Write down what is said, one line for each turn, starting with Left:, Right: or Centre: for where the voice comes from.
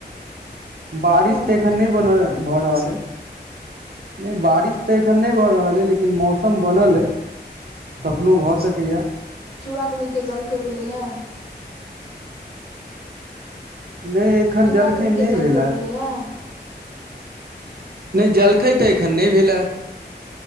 Right: बारिश
Left: नहि उम्हर
Right: तऽ एखन नैय बन भऽ रहल ह नहि बारिश तऽ एखन नहि भऽ रहल ह लेकिन मौस सम बनल अइ कखनो भऽ सकैया
Left: चूड़ा दही के जलखै भेलै या
Right: नैय एखन
Left: चूड़ा
Right: जलखै
Left: दही के
Right: नैय
Left: जलखै
Right: भेलए
Left: भेलैया
Right: नैय जलखै त एखन नैय भेलै